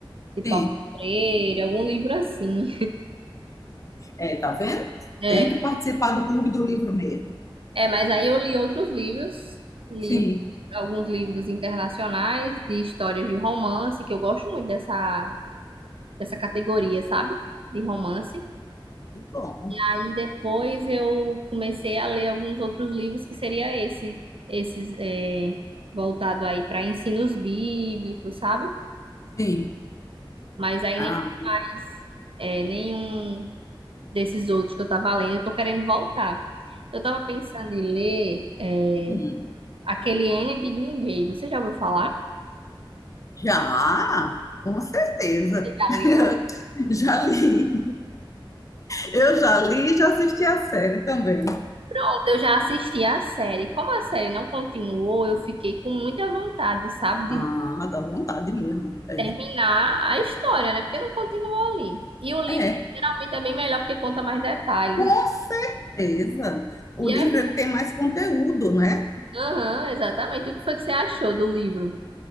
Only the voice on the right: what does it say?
De Paulo
Freire, algum livro assim.
É,
É, mas aí eu li outros livros, li
alguns livros internacionais de histórias de romance, que eu gosto muito dessa, dessa categoria, sabe? De romance.
Aí depois eu comecei a ler alguns outros livros que seria esse, esses é, voltado aí para ensinos bíblicos, sabe?
Mas aí
nem mais é, nenhum desses outros que eu tava lendo, eu tô querendo voltar. Eu tava pensando em ler é,
aquele N de Green Day. Você já ouviu falar?
Você já leu?
Pronto, eu já assisti a série. Como a série não continuou, eu fiquei com muita vontade, sabe, de
terminar a história, né? Porque não continuou ali. E o livro
geralmente é bem melhor porque conta mais detalhes.
E
aí, eu-
aham, exatamente. E o que foi que você achou do livro?